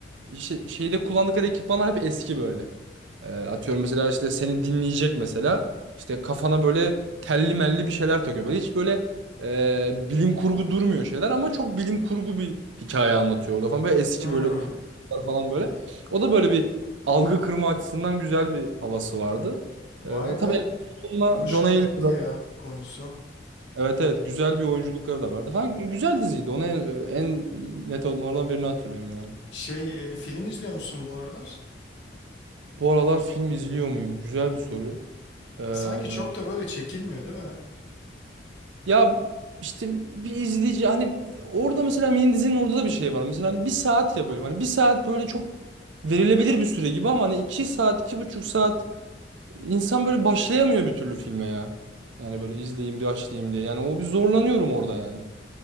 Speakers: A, on the right; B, on the left.
A: şey- şeyde kullandıkları ekipmanlar hep eski böyle. Ee, atıyorum mesela işte seni dinleyecek mesela. İşte kafana böyle telli melli bir şeyler takıyor. Böyle hiç böyle e, bilim kurgu durmuyor şeyler ama çok bilim kurgu bir hikaye anlatıyor orada falan. Böyle eski
B: Hmm.
A: böyle kurgular falan böyle. O da böyle bir algı kırma açısından güzel bir havası vardı.
B: Vay
A: Ee,
B: be.
A: tabii Sonuna
B: Hoşuma
A: John Hill'la
B: gitti ya konusu.
A: evet evet güzel bir oyunculukları da vardı falan. Güzel diziydi. Onu en, en net onlardan birini hatırlıyorum yani.
B: Şey e, film izliyor musun bu aralar?
A: Bu aralar film izliyor muyum? Güzel bir soru. Ee,
B: Sanki çok da böyle çekilmiyor değil mi?
A: Ya işte bir izleyici hani orada mesela mini dizinin orada da bir şey var. Mesela hani bir saat ya bölüm. Hani bir saat böyle çok verilebilir bir süre gibi ama hani iki saat, iki buçuk saat insan böyle başlayamıyor bir türlü filme ya. Yani böyle izleyeyim, başlayayım diye. Yani o bir zorlanıyorum orada yani.